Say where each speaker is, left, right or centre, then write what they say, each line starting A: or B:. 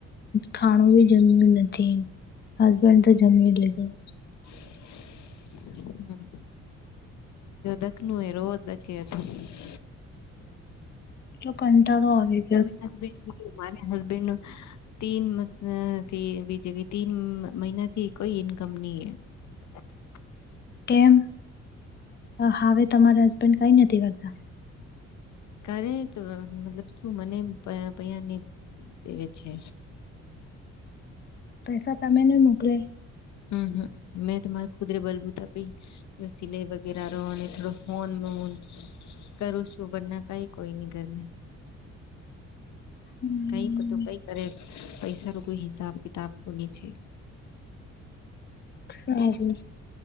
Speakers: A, on the left; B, on the left.
A: ખાણું બ જમી નથી. તને હસબન્ડ તો જમી લું.
B: <unintelligible> હમ દકનું એ રોજ દકે હતો. <unintelligible>
A: એટલો કંટાળો આવે.
B: તમે હસબેન્ડ, મારે હસબેન્ડ. તીનથી બીજ, તીન મહિના થી કોઈ ઇન્કમ નહીં, હ. <unintelligible>
A: કેમ? હવે તમારા હસબેન્ડ કઈ નથી કરતા.
B: કરે તો, મતલબ શું? મને પૈ નહી દેવે છે.
A: પેસા તમે નહી મોકલે.
B: હમ, હમ, મેં તમારે ખુદરે બલબૂતા પી. સિલાઈ વગેરે, અને થોડો હોન મન. કરું છું, બરાબર, ના, કઈ કોઈ ની ઘરમે.
A: હમ,
B: કઈ તો, કઈ કરે, પૈસા નો કોઈ હિસાબ કિતાબ કોની છે.
A: સારું.